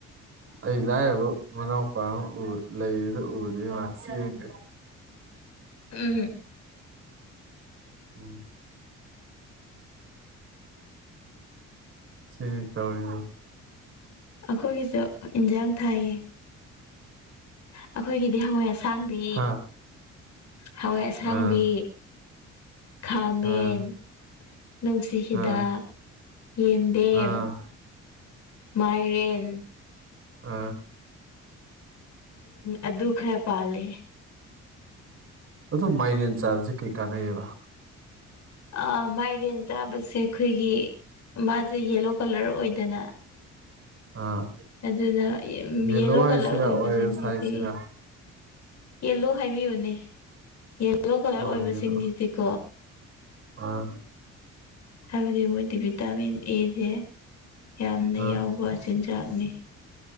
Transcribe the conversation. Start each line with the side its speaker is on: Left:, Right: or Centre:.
Right: ꯑꯩ ꯂꯥꯏꯔꯕ ꯃꯅꯥꯎꯄꯥ ꯑꯃ ꯂꯩꯗ ꯎꯗꯦ ꯉ ꯌꯦꯡꯒꯦ
Left: ꯎꯝ
Right: ꯎꯝ ꯁꯤꯔꯤ ꯇꯧꯔꯤ
Left: ꯑꯩꯈꯣꯏꯒꯤꯁꯨ ꯏꯟꯁꯥꯡ ꯊꯥꯏꯌꯦ ꯑꯩꯈꯣꯏꯒꯤꯗꯤ ꯍꯋꯥꯏ ꯑꯁꯥꯡꯕꯤ
Right: ꯍꯥ
Left: ꯍꯋꯥꯏ ꯑꯁꯥꯡꯕꯤ
Right: ꯑꯥ
Left: ꯈꯥꯃꯦꯟ
Right: ꯑꯥ
Left: ꯅꯨꯡꯁꯤ ꯍꯗ
Right: ꯑꯥ
Left: ꯌꯦꯟꯗꯦꯝ
Right: ꯑꯥ
Left: ꯃꯥꯏꯔꯦꯟ
Right: ꯑ
Left: ꯑ ꯗꯨ ꯈꯔ ꯄꯥꯂꯦ
Right: ꯑꯊ ꯃꯥꯏꯅꯦꯦꯟ ꯆꯥꯔꯁꯤꯦ ꯀꯩꯀꯥꯅ ꯑꯦꯕ
Left: ꯑ ꯃꯥꯏꯔꯦꯟ ꯆꯥꯕꯁꯦ ꯑꯩꯈꯣꯏꯒꯤ ꯃꯥꯁꯦ ꯌꯦꯂꯣ ꯀꯂꯔ ꯑꯣꯏꯗꯅ
Right: ꯑꯥ
Left: ꯑꯗꯨꯅ
Right: ꯌꯦꯂꯣ
Left: ꯌꯦꯜꯂꯣ
Right: ꯍꯥꯏꯁꯤꯔꯥ
Left: ꯀꯂꯔ ꯑꯣꯏꯕꯁꯤꯡꯁꯤꯗꯤ
Right: ꯑꯣꯔꯦꯟꯖ ꯍꯥꯏꯁꯤꯔꯥ
Left: ꯌꯦꯂꯨ ꯍꯥꯏꯕꯤꯌꯨꯅꯦ ꯌꯦꯂꯣ ꯀꯂꯔ
Right: ꯑꯣ
Left: ꯑꯣꯏꯕꯁꯤꯡꯁꯤꯗꯤꯀꯣ
Right: ꯌꯦꯂꯣ ꯑꯥ
Left: ꯍꯥꯏꯕꯗꯤ ꯃꯣꯏꯗꯤ ꯚꯤꯇꯥꯃꯤꯟ ꯑꯦꯁꯦ ꯌꯥꯝꯅ
Right: ꯑꯥ
Left: ꯌꯥꯎꯕ ꯆꯤꯟꯖꯥꯛꯅꯤ